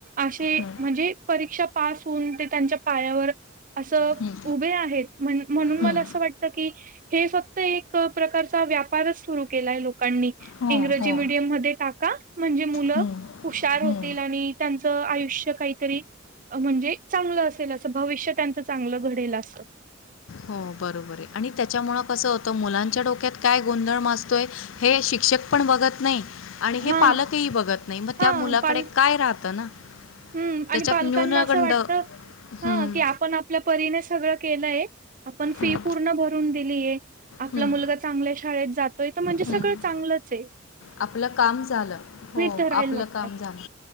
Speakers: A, on the right; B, on the left.
A: अशे
B: हम्म,
A: म्हणजे परीक्षा पास होऊन ते त्यांच्या पायावर असं
B: हम्म,
A: उभे आहेत म्हन म्हणून मला
B: हम्म.
A: असं वाटत की, हे फक्त एक प्रकारचा व्यापारच सुरू केलाय लोकांनी
B: हो
A: इंग्रजी
B: हो
A: मीडियम मध्ये टाक म्हणजे मुलं
B: हम्म,
A: हुशार होतील
B: हम्म.
A: आणि त्यांच आयुष्य काहीतरी अ म्हणजे चांगलं असेल अस भविष्य त्यांच चांगलं घडेल आस
B: हो बरोबर ये आणि त्याच्यामूळ कसं होतं मुलां च्या डोक्यात काय गोंधळ माजतोय हे शिक्षक पण बघत नाही. आणि हे
A: हां
B: पालकही बघत नाही, मग
A: हां
B: त्या मुलाकडे
A: पाल
B: काय राहतं ना
A: हम्म आणि
B: त्याच्यात
A: पालकांना
B: न्यूनगंड
A: असं वाटत
B: हम्म,
A: ह की आपण आपल्या परीने सगळं केलंय. आपण फी
B: हम्म,
A: पूर्ण भरून दि लिये आपला
B: हम्म,
A: मुलगा चांगल्या शाळेत जात तो इ त म्हणजे सगळं
B: हम्म.
A: चांगलंच ये
B: आपलं काम झालं, हो
A: धरायला
B: आपलं
A: लागतात.
B: काम झालं,